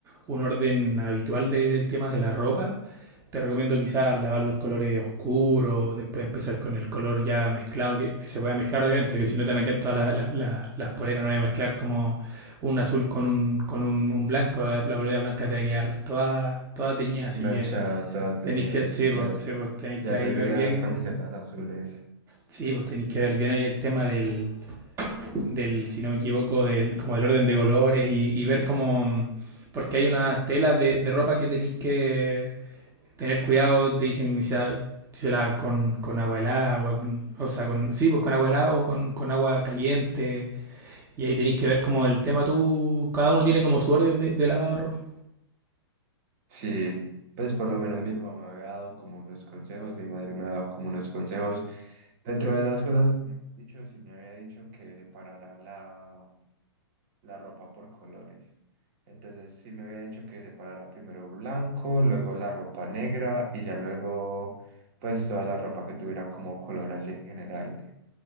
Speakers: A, on the right; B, on the right.
A: un orden habitual de- del tema de la ropa, te recomiendo quizás lavar los colores oscuros, después empezar con el color ya mezclado, que, que se pueda mezclar obviamente, que si no te van a quedar todas la- la- la- las poleras, no voy a mezclar como un azul con un, con un, un blanco, la, la polera blanca te va a quedar toda, toda teñida, así
B: Manchada,
A: que
B: toda teñida,
A: Tenéis que,
B: sí,
A: sí, pues,
B: ya,
A: sí, pues, tenéis
B: ya
A: que ahí
B: tendría
A: ver bien,
B: dos camisetas azules.
A: sí, pues tenéis que ver bien ahí el tema del, del, si no me equivoco, del, como del orden de colores y, y ver cómo, porque hay unas telas de, de ropa que tenéis que tener cuidado, te dicen si la- si se lavan con, con agua helada, agua con, o sea, con, sí, pues con agua helada o con, con agua caliente, y ahí tenéis que ver como el tema tú, cada uno tiene como su orden de, de lavado de ropa.
B: Sí, pues por lo menos mi mamá me ha dado como unos consejos, mi madre me ha dado como unos consejos. Dentro de esas cosas que me había dicho, sí me había dicho que separara la, la ropa por colores. Entonces sí me había dicho que separara primero blanco, luego la ropa negra y ya luego pues toda la ropa que tuviera como color así en general.